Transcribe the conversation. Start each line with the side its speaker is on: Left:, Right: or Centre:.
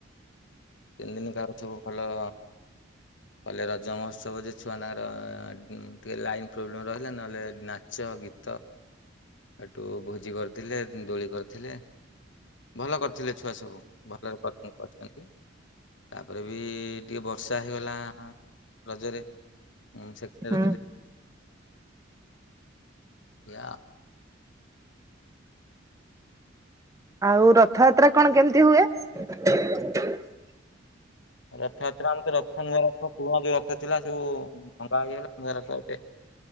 Left: ତିନି ଦିନ ଗାରୁଥିବ ଭଲ। କହିଲେ ରଜ ମହୋତ୍ସବ ଯେ ଛୁଆ ତାଙ୍କର- ଅ ଉଁ ଟିକେ ଲାଇନ୍ ପ୍ରୋବ୍ଲେମ ରହିଲା, ନହେଲେ ନାଚ, ଗୀତ, ଏଠୁ ଭୋଜି କରିଥିଲେ, ଦୋଳି କରିଥିଲେ, -ଭଲ କରିଥିଲେ ଛୁଆ ସବୁ। ଭଲରେ କରିଚନ୍ତି କରିଚନ୍ତି, ତାପରେ ବି ଟିକେ ବର୍ଷା ହେଇଗଲା ରଜରେ ସେପରେ
Right: ହୁଁ
Left: ଯଦି <unintelligible>
Right: ଆଉ, ରଥଯାତ୍ରା କଣ କେମିତି ହୁଏ?
Left: ରଥଯାତ୍ରା ଆମ ରଥ, ନୂଆଁ ରଥ ପୁରୁଣା ବି ର ଥିଲା ସବୁ ଉ ଭଙ୍ଗା ହେଇଗଲା, ବରଷକେ।